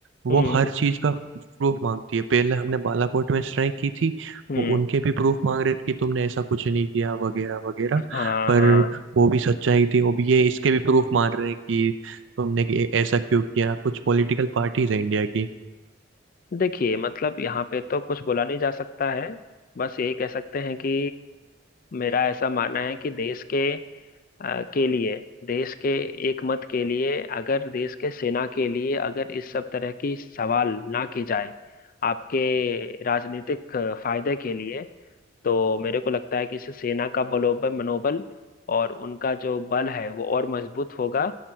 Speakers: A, on the right; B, on the left.
A: वो
B: हम्म
A: हर चीज का प्रूफ मांगती है पहले हमने बालाकोट में स्ट्राइक की थी
B: हम्म
A: वो उनके भी प्रूफ मांग रहे थे कि तुमने ऐसा कुछ नहीं किया वगैरह वगैरह
B: हाँ
A: पर
B: हाँ
A: वो भी सच्चाई थी वो भी ये इसके भी प्रूफ मांग रहे हैं कि तुमने कि- ऐसा क्यों किया कुछ पॉलिटिकल पार्टीज है इंडिया की
B: देखिए मतलब यहाँ पे तो कुछ बोला नहीं जा सकता है बस यही कह सकते हैं कि मेरा ऐसा मानना है कि देश के अ, के लिए देश के एकमत के लिए अगर देश के सेना के लिए अगर इस सब तरह की सवाल ना की जाए आपके राजनीतिक अ, फायदे के लिए तो मेरे को लगता है कि इससे सेना का बलोबल मनोबल और उनका जो बल है वो और मजबूत होगा